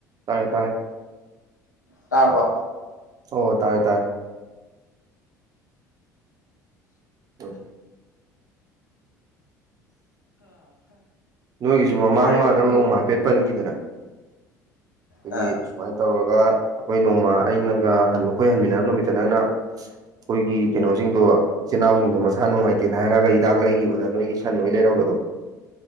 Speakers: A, on the right; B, on the left.
A: ꯇꯥꯔꯦ ꯇꯥꯔꯦ
B: ꯇꯥꯔꯕꯣ
A: ꯑꯣ ꯇꯥꯔꯦ ꯇꯥꯔꯦ ꯑꯣꯏ ꯅꯣꯏꯒꯤꯖꯨ ꯃꯃꯥꯡ
B: ꯋꯥꯏꯅꯦ
A: ꯃꯥꯗꯝ
B: ꯇꯧꯏꯁꯦ
A: ꯔꯣꯡ ꯃꯥꯔꯛꯦꯠ ꯄꯟꯒꯤꯗꯅ ꯈꯣꯏꯒꯤ
B: ꯑꯥ
A: ꯁꯨꯃꯥꯏ ꯇꯧꯔꯒ ꯑꯩꯈꯣꯏ ꯅꯣꯡꯃ ꯑꯩꯅꯒ ꯑꯩꯈꯣꯏ ꯍꯟꯃꯤꯟꯅꯔꯛ ꯅꯨꯃꯤꯠꯇ ꯅꯪꯅ ꯑꯩꯈꯣꯏꯒꯤ ꯀꯩꯅꯣꯖꯤꯡꯗꯣ ꯏꯆꯤꯟ ꯏꯅꯥꯎꯖꯤꯡꯗꯣ ꯃꯁꯥ ꯅꯨꯡꯉꯥꯏꯇꯦꯅ ꯍꯥꯏꯔꯒ ꯍꯤꯗꯥꯛ ꯂꯩꯒꯤꯕꯗ ꯅꯣꯏꯒꯤ ꯁꯟ ꯂꯣꯏ ꯂꯩꯔꯝꯕꯗꯣ